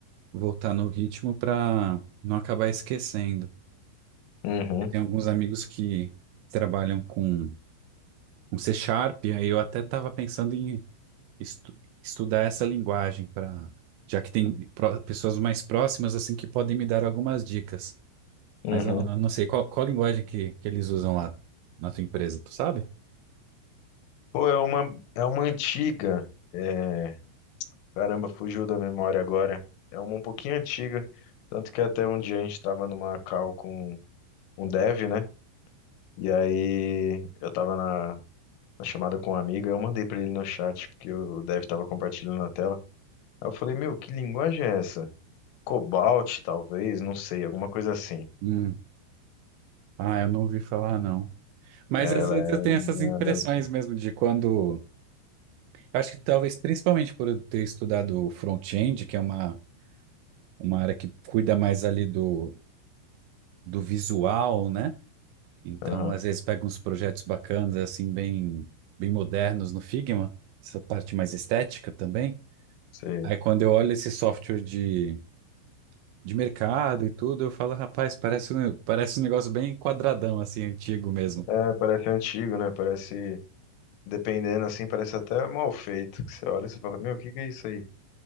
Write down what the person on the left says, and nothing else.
Uhum,
uhum.
Pô, é uma, é uma antiga. é, Caramba, fugiu da memória agora. É uma um pouquinho antiga. Tanto que até um dia a gente tava numa call com um dev, né? E aí eu tava na, na chamada com um amigo, Eu mandei pra ele no chat, porque o dev tava compartilhando na tela. Aí eu falei, meu, que linguagem é essa? Cobalt, talvez, não sei, alguma coisa assim.
É,
Ela
é.
nada-
Aham,
sei.
É, parece antigo, né? Parece. Dependendo assim, parece até mal feito. Que você olha e você fala, meu, o que que é isso aí?